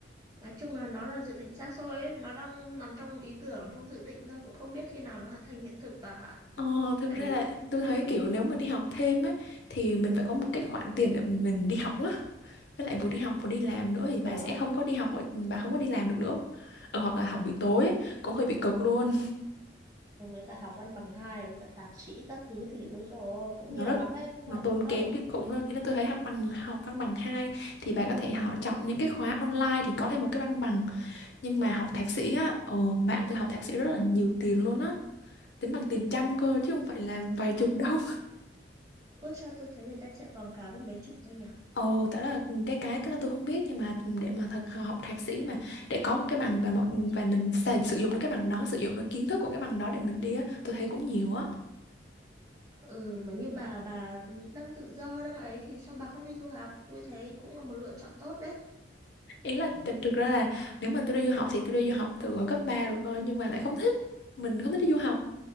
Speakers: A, on the right (about 20°); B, on the left (about 65°).
A: nói chung là nó là dự định xa xôi ấy, nó đang nằm trong ý tưởng, trong dự định thôi cũng không biết khi nào nó thành hiện thực bà ạ.
B: Ờ, thực
A: Tại
B: ra
A: vì
B: là tôi
A: tôi
B: thấy
A: làm
B: kiểu nếu mà đi học thêm ấy thì mình phải có một cái khoản tiền để mình đi học á. Với lại vừa đi học vừa đi làm nữa thì bà
A: nhiều
B: sẽ
A: lắm,
B: không có đi học ở- bà không có đi làm được nữa. Ờ, hoặc là học buổi tối ấy, cũng hơi bị cực luôn.
A: với cả học văn bằng hai với cả thạc sĩ các thứ thì ối rồi cũng
B: Nó
A: nhiều
B: rất
A: lắm đấy, không
B: nó
A: phải
B: tốn
A: đâu.
B: kém kinh khủng luôn. Ý là tôi thấy học bằng học văn bằng 2 thì bà có thể họ chọn những cái khóa online thì có thêm một cái văn bằng nhưng mà học thạc sĩ á ờ, bạn tôi học thạc sĩ rất là nhiều tiền luôn á tính bằng tiền trăm cơ chứ không phải là vài chục đâu <laughs>
A: Ủa sao tôi thấy người ta chạy quảng cáo có mấy chục thôi nhỉ?
B: ồ tại đó là cái cái cái đó tôi không biết nhưng mà để mà thật học thạc sĩ mà để có một cái bằng và mọi và mình xài, sử dụng được cái bằng đó sử dụng được kiến thức của cái bằng đó để mình đi á tôi thấy cũng nhiều á
A: Ừ, mà như bà, bà đang tự do, đang ấy thì sao bà không đi du học? Tôi thấy cũng là một lựa chọn tốt đấy.
B: ý là t- thực ra là nếu mà tôi đi du học thì tôi đi du học từ hồi cấp 3 rồi coi nhưng mà lại không thích mình không thích đi du học